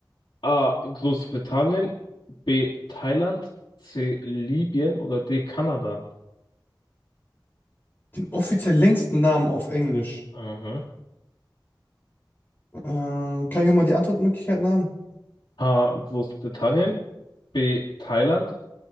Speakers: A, on the left; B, on the left.
A: A. Großbritannien, B. Thailand, C. Libyen oder D. Kanada?
B: Den offiziell längsten Namen auf Englisch.
A: Mhm.
B: Äh, kann ich mir mal die Antwortmöglichkeiten haben?
A: A. Großbritannien, B. Thailand.